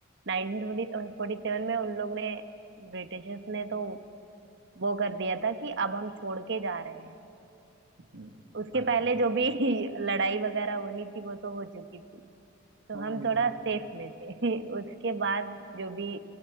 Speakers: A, on the right (about 60°); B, on the right (about 80°).
A: 1947 में उन लोग ने ब्रिटिशर्स ने तो वो कर दिया था कि अब हम छोड़ के जा रहे हैं
B: हम्म,
A: उसके
B: आज
A: पहले
B: जो कर
A: जो भी <laughs> लड़ाई वगैरह होनी थी वो तो हो चुकी थी तो
B: हाँ
A: हम
B: ये
A: थोड़ा
B: तो है।
A: सेफ में थे <laughs> उसके बाद जो भी